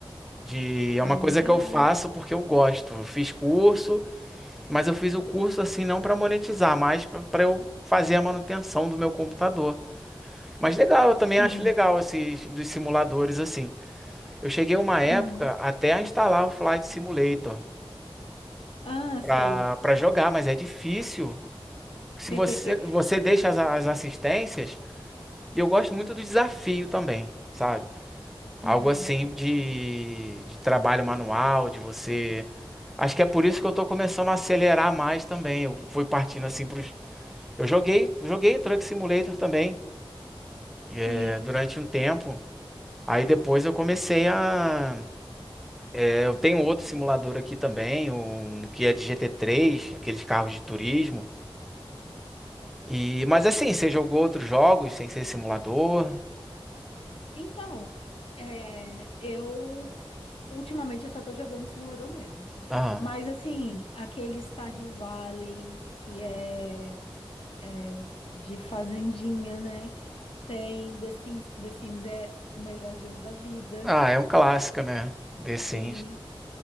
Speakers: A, in the centre; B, on the left.
A: De, é
B: Ah,
A: uma
B: é
A: coisa
B: legal.
A: que eu faço porque eu gosto. Eu fiz curso, mas eu fiz o curso assim não para monetizar, mas para eu fazer a manutenção do meu computador. Mas legal, eu também
B: Sim.
A: acho legal esses dos simuladores assim. Eu cheguei uma época
B: Uhum.
A: até a instalar o Flight Simulator
B: Ah,
A: para
B: sei.
A: para jogar, mas é difícil. Se
B: <laughs>
A: você você deixa as, as assistências, e eu gosto muito do desafio também, sabe? Algo
B: Uhum.
A: assim de, de trabalho manual, de você. Acho que é por isso que eu tô começando a acelerar mais também. Eu fui partindo assim pros. Eu joguei, joguei Truck Simulator também, é,
B: Sim.
A: durante um tempo. Aí depois eu comecei a É, Eu tenho outro simulador aqui também, um que é de GT3, aqueles carros de turismo. E mas assim, você jogou outros jogos sem ser simulador?
B: Então, é, eu ultimamente eu só tô jogando simulador mesmo.
A: Ah,
B: Mas assim, aquele Stardew Valley que é, é de fazendinha, né? Tem The Sims, The Sims é o melhor jogo da vida.
A: ah, é um clássico, né? The
B: Sim.
A: Sims.